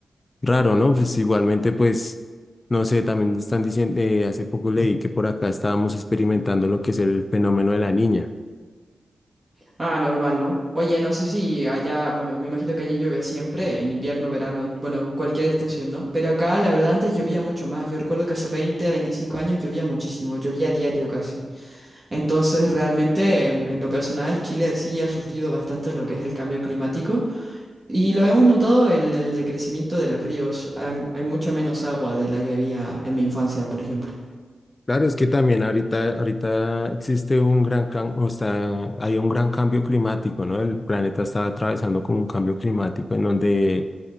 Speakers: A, on the left; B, on the right.
A: raro, ¿no? Pues igualmente pues, no sé, también están diciendo, eh, hace poco leí que por acá estábamos experimentando lo que es el fenómeno de la niña.
B: Ah, normal, ¿no? Oye, no sé si allá, bueno, me imagino que allá llueve siempre, en invierno, verano, bueno, cualquier estación, ¿no? Pero acá, la verdad, antes llovía mucho más. Yo recuerdo que hace 20, 25 años llovía muchísimo, llovía diario casi. Entonces, realmente, em, en lo personal, Chile sí ha sufrido bastante lo que es el cambio climático. Y lo hemos notado el, el decrecimiento de los ríos. Hay, hay mucha menos agua de la que había en mi infancia, por ejemplo.
A: Claro, es que también ahorita, ahorita existe un gran cam- o sea, hay un gran cambio climático, ¿no? El planeta está atravesando como un cambio climático en donde